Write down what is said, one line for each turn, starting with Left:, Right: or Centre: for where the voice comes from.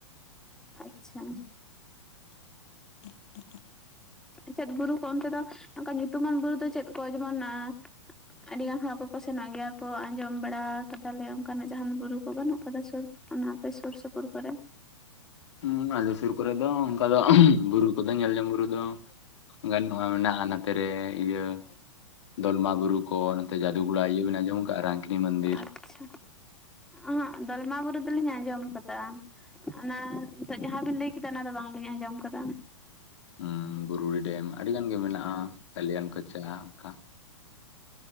Centre: ᱟᱪᱪᱷᱟ᱾
Left: <inaudible>
Centre: ᱪᱮᱫ ᱵᱩᱨᱩ ᱠᱚ ᱚᱱᱛᱮ ᱫᱚ ᱚᱝᱠᱟ ᱧᱩᱛᱩᱢᱟᱱ ᱵᱩᱨᱩ ᱫᱚ ᱪᱮᱫ ᱠᱚ ᱡᱮᱢᱚᱱ ᱟᱻ᱾ ᱟᱰᱤ ᱜᱟᱱ ᱦᱚᱲ ᱠᱚᱠᱚ ᱥᱮᱱᱚᱜ ᱜᱮᱭᱟ ᱠᱚ ᱟᱸᱡᱚᱢ ᱵᱟᱲᱟ ᱠᱟᱫᱟᱞᱮ ᱚᱱᱠᱟᱱᱟᱜ ᱡᱟᱦᱟᱱ ᱵᱩᱨᱩ ᱠᱚ ᱵᱟᱱᱩᱜ ᱠᱟᱫᱟ ᱥᱩᱨ ᱚᱱᱟ ᱟᱯᱮ ᱥᱩᱨ ᱥᱩᱯᱩᱨ ᱠᱚᱨᱮ
Left: ᱦᱩᱸ ᱟᱞᱮ ᱥᱩᱨ ᱠᱚᱨᱮ ᱫᱚ ᱚᱝᱠᱟ ᱫᱚ ᱵᱩᱨᱩ ᱠᱚᱫᱚ ᱧᱮᱞᱡᱚᱝ ᱵᱩᱨᱩ ᱫᱚ᱾ ᱵᱟᱹᱱᱚᱜ-ᱟ ᱢᱮᱱᱟᱜ-ᱟ ᱱᱟᱛᱮᱨᱮ ᱤᱭᱟᱹ ᱫᱚᱞᱢᱟ ᱵᱩᱨᱩ ᱠᱚ ᱱᱚᱱᱛᱮ ᱡᱟᱫᱩᱜᱚᱲᱟ ᱤᱭᱟᱹ ᱵᱤᱱ ᱟᱸᱡᱚᱢ ᱠᱟᱜ-ᱟ ᱨᱟᱝᱠᱤᱱᱤ ᱢᱟᱹᱱᱫᱤᱨ᱾
Centre: ᱟᱪᱪᱷᱟ ᱦᱟᱸᱜ ᱫᱚᱞᱢᱟ ᱵᱩᱨᱩ ᱫᱚᱞᱤᱧ ᱟᱸᱡᱚᱢ ᱠᱟᱫᱟ ᱚᱱᱟ ᱱᱤᱛᱚᱜ ᱡᱟᱦᱟᱸᱵᱤᱱ ᱞᱟᱹᱭ ᱠᱮᱫᱟ ᱚᱱᱟ ᱫᱚ ᱵᱟᱝᱞᱤᱧ ᱟᱸᱡᱚᱢ ᱠᱟᱫᱟ᱾
Left: ᱩᱢᱻ ᱵᱩᱨᱩᱰᱤ ᱰᱮᱢ ᱟᱰᱤ ᱜᱟᱱ ᱜᱮ ᱢᱮᱱᱟᱜ-ᱟ ᱠᱟᱞᱤᱭᱟᱱ ᱠᱚᱪᱟ ᱚᱝᱠᱟ᱾